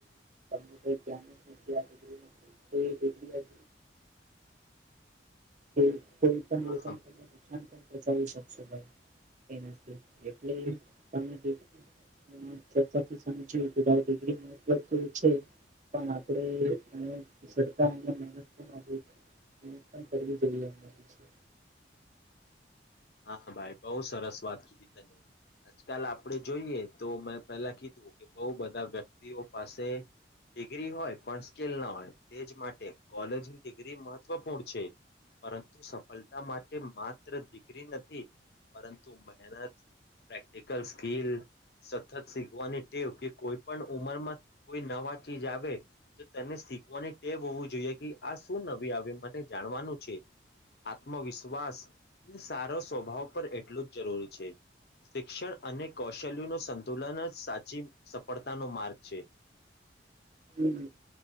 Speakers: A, on the right (about 40°); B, on the left (about 55°).
A: પંદરો એક્યા <inaudible> એ ડિગ્રી છે <inaudible> કોઈ પણ
B: હા
A: લોકોને તમને નુકસાન પણ પહોચાાવી શકશે ભાઈ <unintelligible> <unintelligible> સમજ્યું કે ભિગ્રી મતલબ કેવું છે <inaudible> પણ આપણેતા મહેનત પણ <inaudible> એ પણ કરવીું જોઈએ
B: હા ભાઈ બહુ સરસ વાત કીધી તને આજકાલ આપણેે જોઈએ તો મેં પેલા કીધું કે બહુ બધા વ્યક્તિઓ પાસે ડિગ્રી હોય પણ સ્કીલ ના હોય તેજ માટે કોલેજની ડિગ્રી મહત્વપૂર્ણ છે પરંતુ સફળતા માટે માત્ર ડિગ્રી નથી પરંતુ મહેનત પ્રેક્ટિકલ સ્કીલ સતત શીખવાની ટેવ કે કોઈ પણ ઉંમરમાં કોઈ નવા ચીજ આવે તો તેને શીખવાની ટે હોવું જોઈએ કે આ શું નવી આવે મને જાણવાનું છે આત્મવિશ્વાસ અને સારો સ્વભાવ પર એટલું જ જરૂરી છે શિક્ષણ અને કૌશલ્યનું સંતુલન જ સાચી સફળતાનો માર્ગ છે
A: હમ